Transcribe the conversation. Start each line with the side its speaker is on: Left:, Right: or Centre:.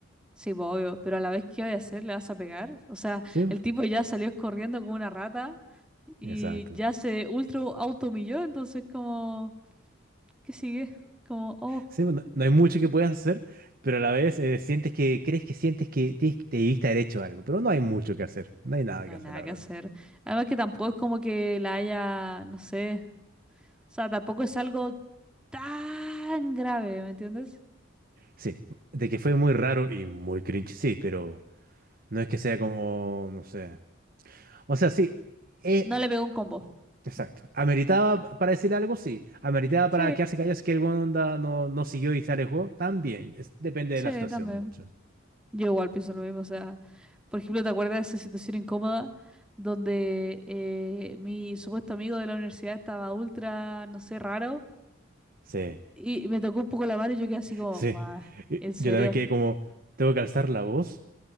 Centre: Sí, pues, obvio, pero a la vez, ¿qué voy a hacer? ¿Le vas a pegar? O sea,
Right: Sí, pues,
Centre: el tipo ya salió corriendo como una rata y
Right: exacto.
Centre: ya se ultra auto humilló, entonces como, ¿qué sigue? Como, oh,
Right: Sí, pues, no, no hay mucho que puedas hacer, pero a la vez eh, sientes que, crees que sientes que tienes- te debiste haber hecho algo, pero no hay mucho que hacer, no hay nada
Centre: No
Right: que
Centre: hay
Right: hacer,
Centre: nada
Right: la verdad.
Centre: que hacer. Además que tampoco es como que la haya, no sé. O sea, tampoco es algo tan grave, ¿me entiendes?
Right: Sí, de que fue muy raro y muy cringe, sí, pero no es que sea como, no sé. O sea, sí, eh,
Centre: No
Right: ah,
Centre: le pegó un combo.
Right: exacto.
Centre: Mm,
Right: ¿Ameritaba
Centre: eh.
Right: para decir algo? Sí. ¿Ameritaba
Centre: Sí,
Right: para quedarse callado si que el weón onda no, no siguió y se alejó? También. Es- depende
Centre: sí,
Right: de la situación
Centre: también.
Right: mucho.
Centre: Yo igual pienso lo mismo. O sea, por ejemplo, ¿te acuerdas de esa situación incómoda donde eh, mi supuesto amigo de la universidad estaba ultra, no sé, raro?
Right: Sí,
Centre: Y me tocó un poco la mano y yo quedé así como,
Right: sí.
Centre: guau,
Right: Y
Centre: ¿en serio?
Right: Yo también quedé como, ¿tengo que alzar la voz